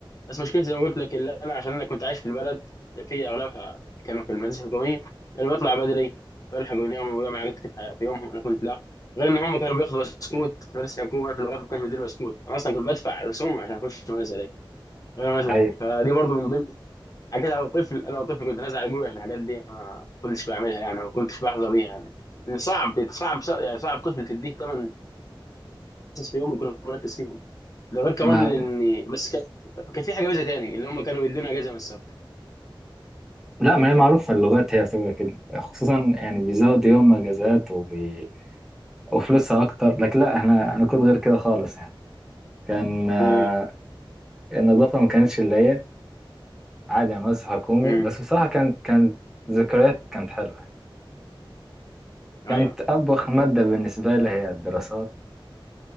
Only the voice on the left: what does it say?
بس مشكلتي زي ما قلت لك اللي انا عشان انا كنت عايش في البلد في اغلبها كانوا في المدارس الحكوميه انا بطلع بدري والحق يناموا ويعمل حاجات كتير في في يومهم انا كنت لا غير ان هم كانوا بياخدوا بسكوت في مدرسه الحكومه في اللغات ما كانش بيديني بسكوت انا اصلا كنت بدفع رسوم عشان اخش المدرسه دي غير المدرسة.
فدي برضو من ضمن حاجات انا طفل انا طفل كنت نازل على ابويا عشان الحاجات دي ما كنتش بعملها يعني ما كنتش بحظى بيها يعني لأن صعب صعب صعب- يعني صعب طفل تديه ثمن حصص في يوم يكون مركز فيهم ده غير كمان
ان بس كان كان في حاجه ميزه تاني اللي هم كانوا بيدونا اجازه من السفر
مم.
مم.
ايوه